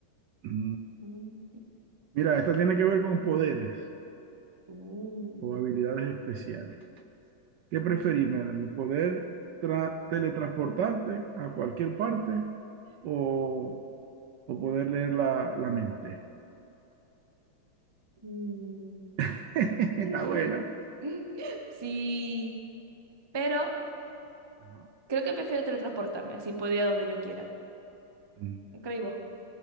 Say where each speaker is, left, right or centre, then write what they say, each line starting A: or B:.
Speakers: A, on the right; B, on the right.
A: Mm.
B: Mm.
A: Mira, esta tiene que ver con poderes
B: Uh,
A: o habilidades especiales. ¿Qué preferís, Melanie? ¿Poder tra- teletransportarte a cualquier parte o, o poder leer la, la mente?
B: mm.
A: <laughs> Está
B: <laughs>
A: buena.
B: Sí, pero
A: Ajá.
B: creo que prefiero teletransportarme, así puedo ir a donde yo quiera.
A: Mm.
B: ¿Qué creí vos?